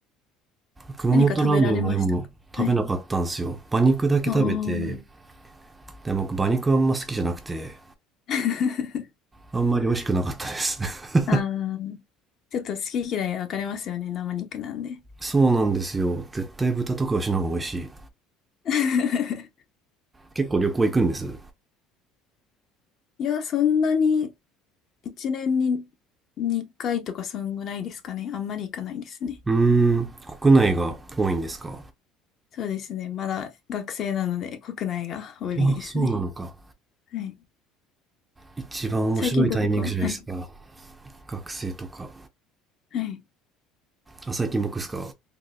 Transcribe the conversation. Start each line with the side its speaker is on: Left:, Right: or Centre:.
Right: 熊本ラーメンはでも食べなかったんですよ。
Left: 何か食べられましたかはい。
Right: 馬肉だけ食べて、
Left: ああ。
Right: で僕馬肉あんま好きじゃなくて、
Left: <laughs>
Right: あんまり美味しくなかったです。<laughs>
Left: ああ、ちょっと好き嫌い分かれますよね、生肉なんで。
Right: そうなんですよ。絶対豚とか牛の方が美味しい。
Left: <laughs>
Right: 結構旅行行くんです。う
Left: いや、そんなに一年に2回とかそんぐらいですかね。あんまり行かないですね。
Right: ーん、国内が多いんですか
Left: そうですね。まだ学生なので国内が多いですね。
Right: あ、そうなのか。
Left: はい。
Right: 一番面白いタイミングじゃないですか。
Left: 最近どこかはい。
Right: 学生とか。
Left: はい。
Right: あ、最近僕ですか。